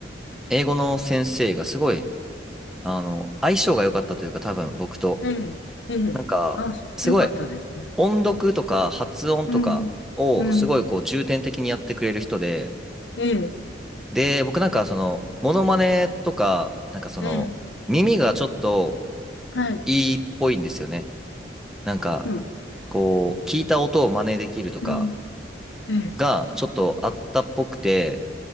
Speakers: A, in the centre; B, on the left.
A: 英語の先生がすごい、あの、相性が良かったというか、多分僕と。
B: ええ。ええ。
A: なんか、
B: あ、
A: すごい
B: よかったですね。
A: 音読とか発音とかをすごいこう重点的にやってくれる人で、
B: うん。うん。ええ。
A: で、僕なんかその、モノマネとか、なんかその、
B: ええ。
A: 耳がちょっと
B: はい。
A: いいっぽいんですよね。なんか、
B: うん。
A: こう、聞いた音を真似できるとか
B: うん。ええ。
A: がちょっとあったっぽくて、